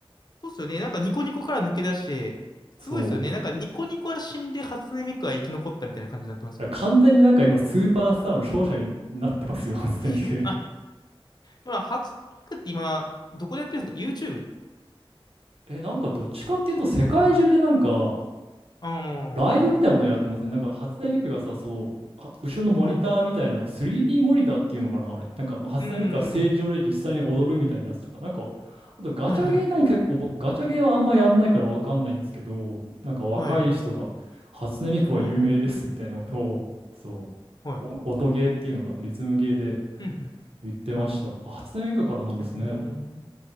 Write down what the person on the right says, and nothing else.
そう。
だか
ら完全になんか今スーパースターの勝者になってますよ、初音ミク。
え、なんかどっちかっていうと、世界中でなんか、
ライブみたいなものをやってますね。なんか初音ミクがさ、そう、は後ろのモニターみたいなの、
3D モニターっていうのかな、あれ。なんか、まあ、初音ミクがステージ上で実際に踊るみたいなやつとか、
なんか、あとガチャゲーでも結構、
僕、ガチャゲーはあんまやんないからわかんないんですけど、なんか若い人が、
初音ミクは有名ですみたいなことを、
そ
う、お音ゲーっていうのかな、リズムゲーで
言ってました。
あ初音ミクからなんですね。